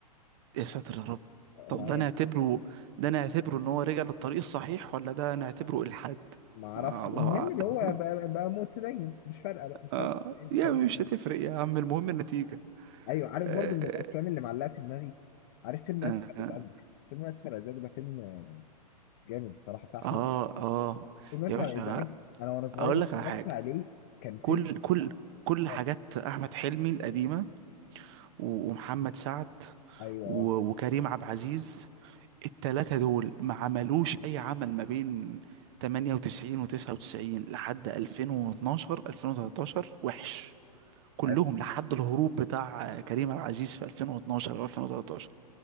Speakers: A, on the right (about 45°); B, on the left (about 35°).
A: يا ساتر يا رب طب
B: ما
A: ده
B: يعني
A: نعتبره ده نعتبره ان هو رجع للطريق الصحيح ولا ده نعتبره الحاد
B: ما اعرفش
A: آه
B: المهم
A: الله اعلم
B: اللي هو بقى, بقى متدين مش فارقه بقى مش
A: آه
B: فارقه إيه الطريقه
A: يا عم مش
B: يعني.
A: هتفرق يا عم المهم النتيجه
B: ايوه عارف
A: آه
B: برضو من الافلام اللي معلقه في دماغي عارف فيلم
A: آه
B: اسف على الازعاج فيلم اسف على الازعاج ده فيلم جامد الصراحه بتاع احمد
A: آه, آه.
B: فيلم اسف
A: يا باشا
B: على الازعاج انا وانا صغير
A: اقول
B: اتفرجت
A: لك على حاجه
B: عليه كان فيلم
A: كل كل كل
B: آه،
A: حاجات احمد حلمي القديمه و- ومحمد سعد
B: ايوه
A: و-
B: آه،
A: وكريم عبد العزيز التلاتة دول ما عملوش أي عمل ما بين 98 و99 لحد 2012 2013 وحش كلهم
B: ايوه
A: لحد الهروب بتاع كريم عبد العزيز في 2012 أو 2013